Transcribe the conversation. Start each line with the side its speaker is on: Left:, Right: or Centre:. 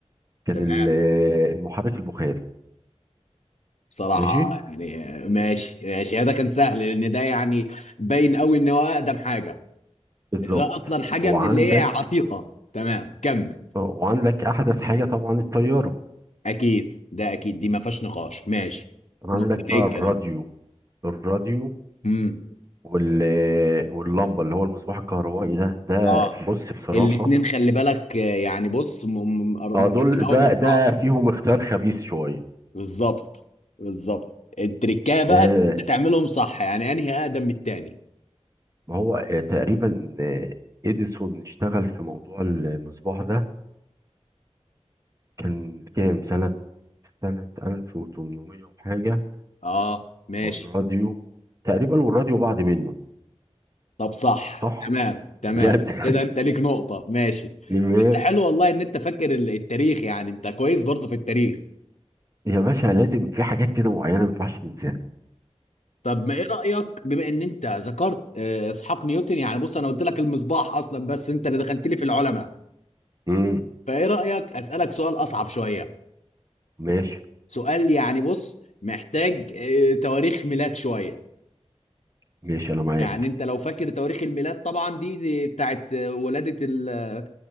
Right: كان
Left: تمام
Right: ال- آه، المحرك البخاري
Left: بصراحه
Right: ماشي
Left: يعني آه، ماشي ماشي ده كان سهل لان ده يعني باين قوي ان هو اقدم حاجه
Right: بالظبط
Left: ده اصلا حاجه
Right: وعندك
Left: من اللي هي عتيقه تمام كمل
Right: آه، وعندك احدث حاجه طبعا الطياره
Left: اكيد ده اكيد دي ما فيهاش نقاش ماشي
Right: عندك
Left: نقطتين
Right: بقى الراديو
Left: كده
Right: الراديو
Left: امم
Right: وال آه، واللمبه اللي هو المصباح الكهربائي ده ده
Left: اه
Right: بص بصراحه
Left: الاتنين خلي بالك آه، يعني بص م- م-
Right: اه
Left: مريحين
Right: دول ده
Left: قوي من
Right: ده
Left: بعض
Right: فيهم اختيار خبيث شويه
Left: بالظبط بالظبط التركايه بقى
Right: آه،
Left: إن انت تعملهم صح يعني انهي اقدم من التاني
Right: ما هو آه، تقريبا آه، اديسون اشتغل في موضوع المصباح ده كان كام سنة سنة 1800 وحاجة
Left: اه ماشي
Right: والراديو تقريبا والراديو بعض منه
Left: طب صح
Right: صح؟
Left: تمام تمام
Right: بجد <laughs>
Left: كده انت ليك نقطة ماشي
Right: ماشي
Left: بس حلو والله ان انت فاكر ال- التاريخ يعني انت كويس برضه في التاريخ
Right: يا باشا لازم في حاجات كده معينة ما ينفعش ننساها
Left: طب ما ايه رأيك بما ان انت ذكرت آه، اسحاق نيوتن يعني بص انا قلت لك المصباح اصلا بس انت اللي دخلت لي في العلماء
Right: امم
Left: فايه رأيك اسألك سؤال اصعب شوية
Right: ماشي
Left: سؤال يعني بص محتاج آه، تواريخ ميلاد شوية
Right: ماشي أنا معاك
Left: يعني انت لو فاكر تواريخ الميلاد طبعا دي, دي بتاعت آه، ولادة ال...